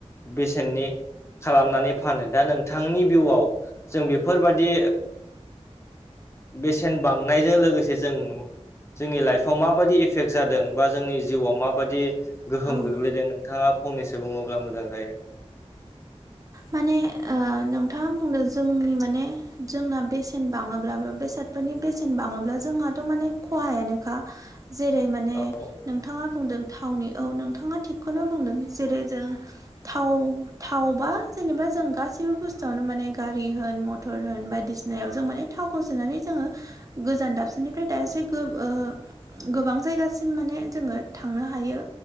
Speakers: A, on the left; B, on the right.
A: बेसेननि खालामनानै फानो दा नोंथांनि भिउआव जों बेफोरबायदि बेसेन बांनायजों लोगोसे जों जोंनि लाइफआव माबायदि इफेक्ट जादों बा जोंनि जिउआव माबायदि गोहोम
B: औ
A: गोग्लैदों नोंथाङा फंनैसो बुङोब्ला मोजां जायो
B: माने नोंथाङा बुंदों जोंनि माने जोंना बेसेन बाङोब्लाबो बेसाद फोरनि बेसेन बाङोब्ला जोंहाथ' माने खहायानोखा जेरै माने
A: औ
B: नोंथाङा बुंदों थावनि औ नोंथाङा थिगखौनो बुंदों जेरै जों थाव थाव बा जेनेबा जों गासैबो बुस्थुआवनो माने गारि होन मथर होन बायदिसिनायाव जों माने थावखौ सोनानै जोङो गोजान दाबसेनिफ्राय दाबसे ओ <unintelligible> गोबां जायगासिम माने जोङो थांनो हायो